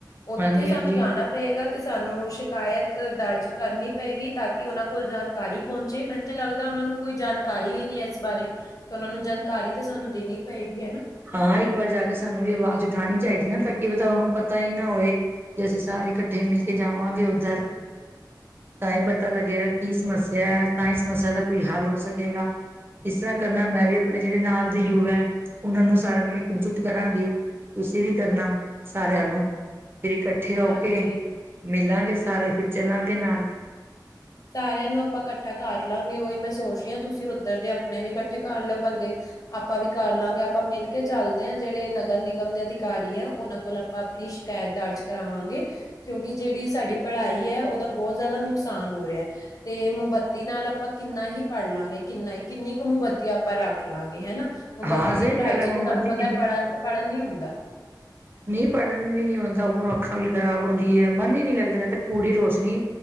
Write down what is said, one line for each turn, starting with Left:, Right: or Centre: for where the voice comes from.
Left: ਉੱਥੇ
Right: ਹਾਂਜੀ
Left: ਸਾਨੂੰ
Right: ਹਾਂਜੀ
Left: ਜਾਣਾ ਪਏਗਾ। ਤੇ ਸਾਨੂੰ ਸ਼ਿਕਾਇਤ ਦਰਜ ਕਰਨੀ ਪਏਗੀ, ਤਾਂ ਕਿ ਉਹਨਾਂ ਕੋਲ ਜਾਣਕਾਰੀ ਪਹੁੰਚੇ ਮੈਨੂੰ ਤਾਂ ਲੱਗਦਾ ਉ ਉਹਨਾਂ ਨੂੰ ਕੋਈ ਜਾਣਕਾਰੀ ਵੀ ਨੀ ਇਸ ਬਾਰੇ ਤੇ ਉਹਨਾਂ ਨੂੰ ਜਾਣਕਾਰੀ ਤਾਂ ਸਾਨੂੰ ਦੇਣੀ ਪਏਗੀ ਹਨਾ।
Right: ਹਾਂ ਇੱਕ ਵਾਰ ਜਾ ਕੇ ਸਾਨੂੰ ਵੀ ਆਵਾਜ਼ ਉਠਾਉਣੀ ਚਾਹੀਦੀ ਨਾ ਤਾਂ ਕਿ ਤੁਹਾਨੂੰ ਪਤਾ ਹੀ ਨਾ ਹੋਵੇ ਜੇ ਅਸੀਂ ਸਾਰੇ ਸਾਰੇ ਇਕੱਠੇ ਮਿਲ ਕੇ ਜਾਵਾਂਗੇ ਉੱਧਰ
Left: <inaudible>
Right: ਤਾਂ ਹੀ ਪਤਾ ਲੱਗੇਗਾ ਕੀ ਸਮੱਸਿਆ ਹੈ, ਤਾਂ ਹੀ ਸਮੱਸਿਆ ਦਾ ਕੋਈ ਹੱਲ ਹੋ ਸਕੇਗਾ। ਇਸ ਤਰ੍ਹਾਂ ਕਰਨਾ ਮੈਂ ਵੀ ਆਪਣੇ ਜਿਹੜੇ ਨਾਲ ਦੇ ਯੁਵਾ ਉਹਨਾਂ ਨੂੰ ਸਾਰਿਆਂ ਨੂੰ ਇਕਜੁੱਟ ਕਰਾਂਗੀ, ਤੁਸੀਂ ਵੀ ਕਰਨਾ ਸਾਰਿਆਂ ਨੂੰ। ਫਿਰ ਇਕੱਠੇ ਹੋ
Left: ਹਾਂਜੀ।
Right: ਕੇ ਮਿਲਾਂਗੇ ਸਾਰੇ ਫਿਰ ਚੱਲਾਂਗੇ ਨਾਲ।
Left: ਸਾਰਿਆਂ ਨੂੰ ਆਪਾਂ ਇਕੱਠਾ ਕਰ ਲਾਂਗੇ ਉਹੀ ਮੈਂ ਸੋਚ ਰਹੀ ਹਾਂ, ਤੁਸੀਂ ਉੱਧਰ ਦੇ ਆਪਣੇ ਵੀ ਇਕੱਠੇ ਕਰ ਲਓ ਬੰਦੇ। ਆਪਾਂ ਵੀ ਕਰ ਲਵਾਂਗੇ ਆਪਾਂ ਮਿਲ ਕੇ ਚੱਲਦੇ ਹਾਂ ਜਿਹੜੇ ਨਗਰ ਨਿਗਮ ਦੇ ਅਧਿਕਾਰੀ ਹੈ ਉਹਨਾਂ ਕੋਲ ਆਪਾਂ ਆਪਣੀ ਸ਼ਿਕਾਇਤ ਦਰਜ ਕਰਾਵਾਂਗੇ ਕਿਉਂਕਿ ਜਿਹੜੀ ਸਾਡੀ ਪੜ੍ਹਾਈ ਹੈ ਉਹਦਾ ਬਹੁਤ ਜ਼ਿਆਦਾ ਨੁਕਸਾਨ ਹੋ ਰਿਹਾ ਤੇ ਮੋਮਬੱਤੀ ਨਾਲ ਆਪਾਂ ਕਿੰਨਾ ਹੀ ਪੜ ਲਾਂਗੇ ਕਿੰਨਾ ਹੀ ਕਿੰਨੀ ਕੁ ਮੋਮਬੱਤੀ ਆਪਾਂ ਰੱਖ ਲਵਾਂਗੇ ਹਨਾ। ਮੋਮਬੱਤੀ
Right: ਹਾਂ ਸਹੀ
Left: ਦੀ ਪੜ੍ਹਾਈ
Right: ਗੱਲ
Left: ਚ
Right: ਹੈ ਮੋਮਬੱਤੀ
Left: ਤਾਂ ਤੁਹਾਨੂੰ ਪਤਾ ਪੜਨ ਪੜ੍ਹਨ ਨੀ ਹੁੰਦਾ।
Right: ਨੀਂਹ ਪੜ੍ਹਨ ਵੀ ਨੀ ਆਦਾ ਉਪਰੋਂ ਅੱਖਾਂ ਵੀ ਖਰਾਬ ਹੁੰਦੀ ਹੈ ਮਨ ਹੀ ਨਹੀ ਲੱਗਦਾ ਜਦ ਤਾਂ ਪੂਰੀ ਰੋਸ਼ਨੀ